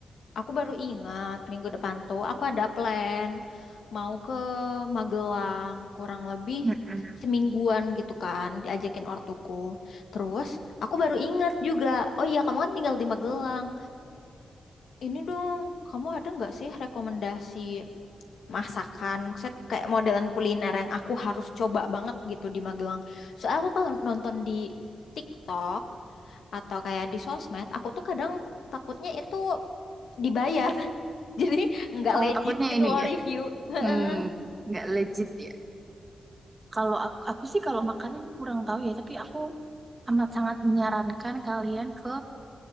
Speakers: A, on the left; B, on the right.
A: Aku baru ingat minggu depan tuh aku ada plan mau ke Magelang kurang lebih
B: Mm-mm.
A: semingguan gitu kan diajakin ortuku. Terus aku baru ingat juga, oh iya kamu kan tinggal di Magelang. Ini dong, kamu ada nggak sih rekomendasi masakan? Maksudnya kayak modelan kuliner yang aku harus coba banget gitu di Magelang. Soalnya aku kalau nonton di TikTok atau kayak di sosmed, aku tuh kadang takutnya itu dibayar. <laughs> <laughs> Jadi nggak
B: Oh,
A: legit
B: takutnya
A: gitu
B: ini
A: loh
B: ya.
A: review. Heeh.
B: Hmm, nggak legit ya. Kalau aku, aku sih kalau makanan kurang tahu ya, tapi aku amat sangat menyarankan kalian ke